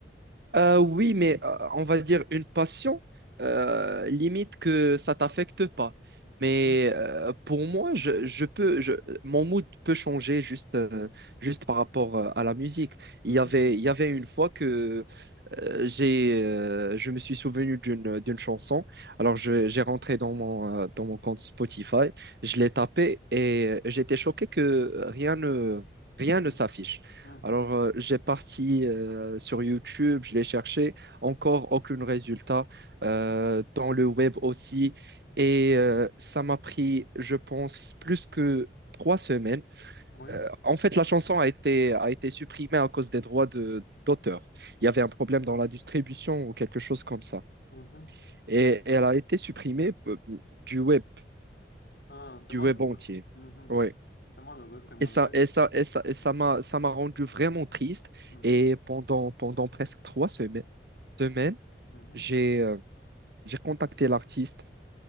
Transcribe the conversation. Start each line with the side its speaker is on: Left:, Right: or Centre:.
Right: Euh, oui, mais euh, on va dire une passion, euh, limite que ça t'affecte pas. Mais
Left: Mhm,
Right: euh, pour moi, je, je peux, je- mon mood peut changer juste, euh, juste par rapport euh, à la musique.
Left: mhm,
Right: Il y avait, il y avait une fois que euh, j'ai, euh, je me suis souvenu d'une d'une chanson. Alors, je- j'ai rentré dans mon, euh, dans mon compte Spotify, je l'ai tapé et euh, j'étais choqué que rien ne, rien
Left: mhm,
Right: ne s'affiche.
Left: mhm.
Right: Alors, euh, j'ai parti euh, sur YouTube, je l'ai cherché, encore aucun résultat. Euh, dans le web aussi. Et euh, ça m'a pris, je pense, plus que trois semaines
Left: Oui.
Right: euh, en fait, la chanson a été, a été supprimée à cause des droits de, d'auteur. Il y avait un problème dans la distribution ou quelque chose comme ça.
Left: mhm,
Right: Et
Left: mhm.
Right: elle a été supprimée euh, du web,
Left: Ah, c'est
Right: du
Left: malheureux.
Right: web entier.
Left: Mhm, mhm.
Right: Ouais.
Left: C'est malheureux, c'est malheureux.
Right: Et ça, et ça, et ça, et ça m'a, ça m'a rendu vraiment triste.
Left: Mhm,
Right: Et pendant, pendant presque trois semaines, semaines,
Left: mhm.
Right: j'ai, euh, j'ai contacté l'artiste